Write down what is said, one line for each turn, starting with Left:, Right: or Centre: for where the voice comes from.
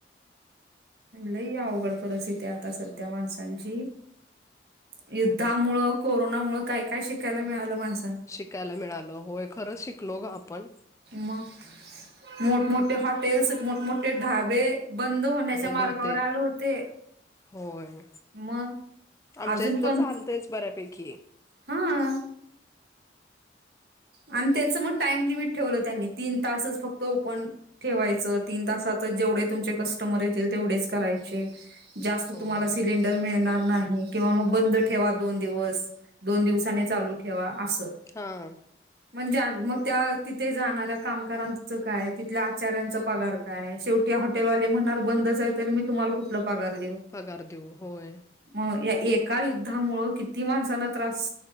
Right: लयी अवघड परिस्थिती आता सध्या माणसांची. युद्धा मुळं, कोरोना मुळं, काय काय शिकायला मिळालं मान
Left: शिकायला मिळालं होय खरंच शिकलो ग आपण.
Right: म मोठमोठे हॉटेल्स, मोठमोठे ढाबे. बंद होण्याच्या
Left: बंद
Right: मार्गावर
Left: होते.
Right: आले होते.
Left: होय
Right: मग
Left: आमच्या
Right: अजून
Left: इत तर
Right: पण
Left: झालंतेच बऱ्यापैकी.
Right: हा आणि त्यांचं मग टाइम लिमिट ठेवलं त्यांनि, तीन तासच फक्त ओपण. ठेवायचं तीन तासातच जेवढे तुमचे कस्टमर येतील तेवढेच करायचे. जास्त
Left: होय.
Right: तुम्हाला सिलेंड डर मिळणार नाही, किंवा मग बंद ठेवा दोन दिवस, दोन दिवसानी चालू ठेवा असं.
Left: हां!
Right: म्हणजे मग त्या तिथे जाणाऱ्या कामगाराचं काय? तिथल्या आचाऱ्या चा पगार काय, शेवटी हॉटेलवाले म्हणार बंद चं आहे तरी मी तुम्हाला कुठलं पगार देऊ?
Left: पगार देऊ, होय.
Right: म या एका युद्धामुंळं किती माणसांना त्रास